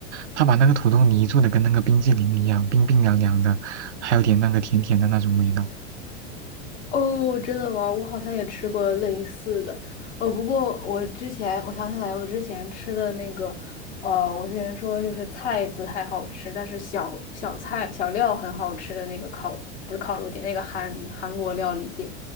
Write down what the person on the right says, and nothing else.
他把那个土豆泥做的跟那个冰激凌一样，冰冰凉凉的，还有点那个甜甜的那种味道。